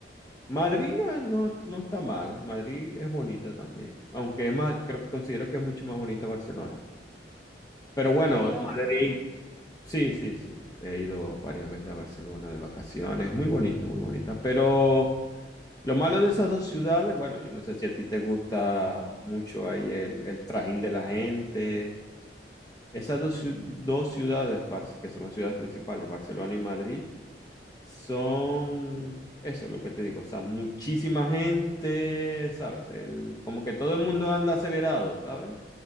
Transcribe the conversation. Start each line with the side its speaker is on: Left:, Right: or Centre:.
Left: Madrid no, es- no, no está mal, Madrid es bonita también, aunque es más, creo que considero que es mucho más bonita Barcelona. Pero bueno,
Centre: ¿Ya has ido a
Left: Madrid,
Centre: Barcelona?
Left: sí, sí, sí, he ido varias veces a Barcelona de vacaciones, muy bonita, muy bonita. Pero lo malo de esas dos ciudades, bueno, yo no sé si a ti te gusta mucho ahí el, el trajín de la gente, Esas dos, ciu- dos ciudades, Bar- que son las ciudades principales, Barcelona y Madrid, son, eso es lo que te digo, o sea, muchísima gente, ¿sabes? El- como que todo el mundo anda acelerado, ¿sabes?